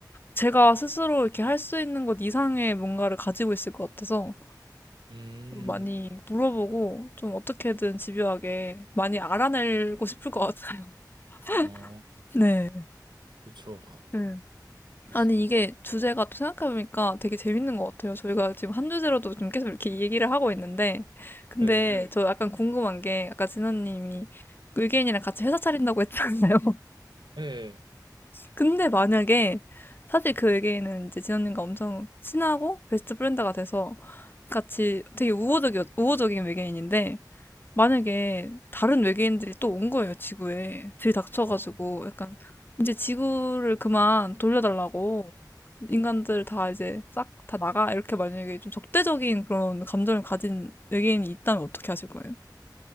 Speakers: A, on the left; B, on the right.
A: 제가 스스로 이렇게 할 수 있는 것 이상의 뭔가를 가지고 있을 것 같아서
B: 음.
A: 좀 많이 물어보고 좀 어떻게든 집요하게 많이 알아내고 싶을 것 같아요.
B: 어,
A: <laughs> 네.
B: 그쵸.
A: 네.
B: 맞습니다.
A: 아니, 이게 주제가 또 생각해보니까 되게 재밌는 것 같아요. 저희가 지금 한 주제로도 좀 계속 이렇게 얘기를 하고 있는데, 근데
B: 예,
A: 저 약간 궁금한 게, 아까 진아님이 의견이랑 같이 회사 차린다고 했잖아요.
B: 예.
A: 근데 만약에 사실 그 외계인은 이제 진원님과 엄청 친하고 베스트 프렌드가 돼서 같이 되게 우호적이, 우호적인 외계인인데 만약에 다른 외계인들이 또 온 거예요, 지구에. 들이닥쳐가지고
B: 어,
A: 약간 이제 지구를 그만 돌려달라고 인간들 다 이제 싹 다 나가 이렇게 만약에 좀 적대적인 그런 감정을 가진 외계인이 있다면 어떻게 하실 거예요?